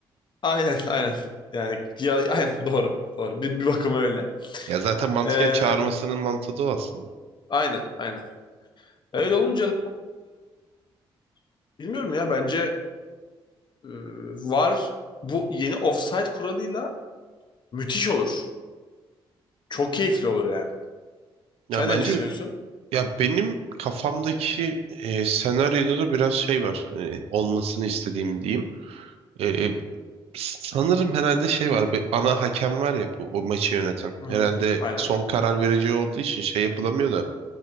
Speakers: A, on the left (about 50°); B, on the right (about 75°).
A: aynen <laughs> aynen yani ya, aynen doğru doğru bir, bir bakıma öyle.
B: Ya zaten mantıken
A: Ee,
B: çağırmasının mantığı da o aslında.
A: aynen aynen. Öyle olunca da, e, bilmiyorum ya bence e, var bu yeni offside kuralıyla müthiş olur. Çok keyifli olur yani.
B: Ya
A: Sen
B: bence
A: ne düşünüyorsun?
B: ya benim kafamdaki e, senaryoda da biraz şey var. Hani olmasını istediğim diyeyim. E, e, sanırım herhalde şey var. Bir ana hakem var ya bu o maçı yöneten.
A: Hı hı.
B: Herhalde
A: Aynen.
B: son karar verici olduğu için şey yapılamıyor da.